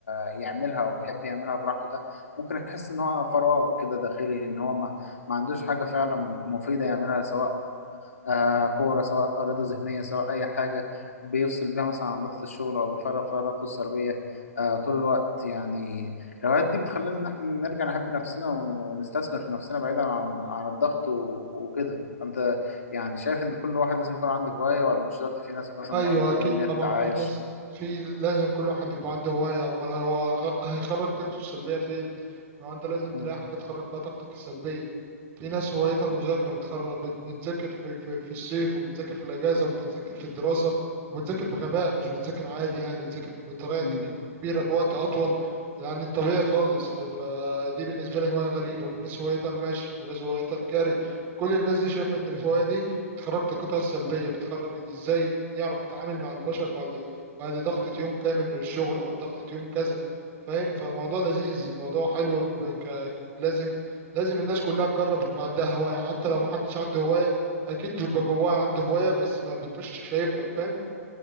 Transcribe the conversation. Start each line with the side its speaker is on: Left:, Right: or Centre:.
Left: يعملها او بيحب يعملها براحته ده ممكن يحس ان هو فراغ كده داخلي ان هو ما ما عندوش حاجة فعلا مفيدة يعملها سواء آه كورة سواء رياضة ذهنية سواء أي حاجة بيفصل بيها مثلا عن ضغط الشغل أو بيفرغ فيها طاقته السلبية آه طول الوقت يعني الهوايات دي بتخلينا إن إحنا نرجع نحب نفسنا ونستثمر في نفسنا بعيدا عن عن الضغط و- وكده فأنت يعني شايف إن كل واحد لازم يكون عنده هواية ولا مش شرط في ناس مثلا
Right: ايوه
Left: ما تقدر
Right: اكيد
Left: إن هي
Right: طبعا
Left: تتعايش؟
Right: في ناس في لازم كل واحد يبقى عنده هواية امال هو غ- هيخرج طاقته السلبية فين ما هو انت لازم تلاقي
Left: مم.
Right: حاجة تخرج فيها طاقتك السلبية في ناس هوايتها المذاكرة بتخر... بت- بتذاكر في... في... في الصيف وبتذاكر في الأجازة وبتذاكر في الدراسة وبتذاكر بغباء مش بتذاكر عادي يعني بتذاكر بطريقة
Left: مم.
Right: جري- كبيرة بوقت أطول يعني الطبيعي خالص فدي بالنسبة لي هواية غريبة وفي ناس هوايتها المشي وناس هوايتها الجري كل الناس دي شايفة إن الهواية دي بتخرج طاقتها السلبية بتخرج إزاي يعرف يتعامل مع البشر بعد بعد ضغطة يوم كامل من الشغل أو ضغطة يوم كذا فاهم فالموضوع لذيذ الموضوع حلو ك... لازم لازم الناس كلها تجرب يبقى عندها هواية حتى لو محدش عنده هواية أكيد بيبقى جواها عنده هواية بس ما بيبقاش شايفها فاهم